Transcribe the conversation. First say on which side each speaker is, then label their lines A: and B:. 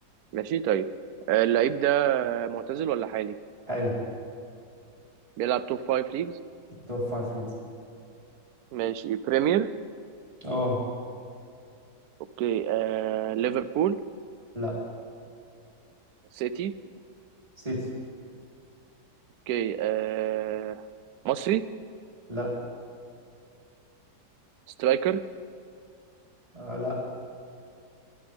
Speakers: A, on the right; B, on the right.
A: ماشي طيب آه اللعيب ده معتزل ولا حالي
B: حالي
A: بيلعب توب فايف ليجز
B: توب فايف ليجز
A: ماشي بريمير
B: اه
A: اوكي آه ليفربول
B: لا
A: سيتي
B: سيتي
A: اوكي آه مصري
B: لا
A: سترايكر
B: آه لا